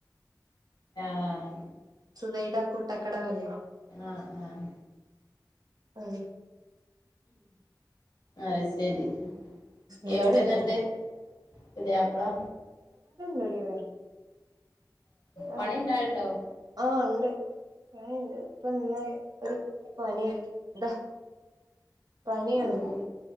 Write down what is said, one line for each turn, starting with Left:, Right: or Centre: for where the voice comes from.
Left: ആഹ
Right: സുബൈത കു- ട്ടക്കട വല്ലേ
Left: ആഹ് ആഹ്
Right: ആഹ
Left: അയ് ശ ശരി
Right: എല്ലാരും
Left: എവിടെ
Right: എത്തും
Left: ന്നട്ട് പുത്യപ്പളാ
Right: നോടി വിടെ
Left: പണി
Right: ണ്ട്
Left: ഇണ്ടാവലുണ്ടോ
Right: ആഹ ഇണ്ട് പണിണ്ട് ഇപ്പൊ ഇന്ന് ഒരു പണി ന്താ പനിയാണ്
Left: ഉം